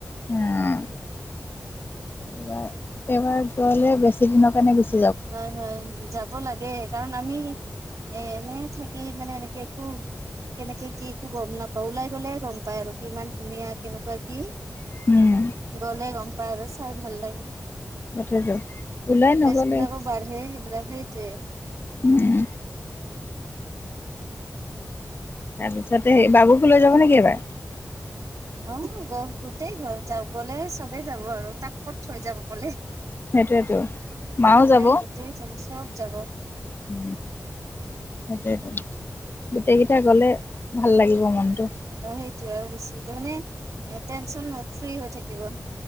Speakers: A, on the left; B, on the right.
A: উ এইবাৰ এইবাৰ গলে বেছি দিনৰ কাৰণে গুছি।
B: হয় হয় ৰাম। লাগে কাৰণ আমি এ এনে থাকি মানে এনেকে একো কেনেকে কি একো গম নাপাওঁ ওলাই গলে গম পায় আৰু কিমান ধুনীয়া কেনেকুৱা কি।
A: উম
B: গ'লে গম। পাৰ চাই ভাল লাগে।
A: সেইটো ওলাই নগল।
B: এই বিলাকো বাঢ়ে সেইবিলাক সে। তে।
A: উম। তাৰপিছতে স বাবুকো লৈ যাব নেকি এইবাৰ।
B: অ গ গোটেই ঘৰ যা গলে চবে যাব আৰু তাক ক'ত থৈ যাম কলে।
A: সেইটয়েতো মাও যাব।
B: গোটেই যাব চব যাব।
A: উ সেইটোয়েইো গোটেই কেইটা গলে ভাল লাগিব মনটো।
B: অ সেইটোয় আৰু বেছি মানে টেনচন ফ্ৰী হৈ থাকিব।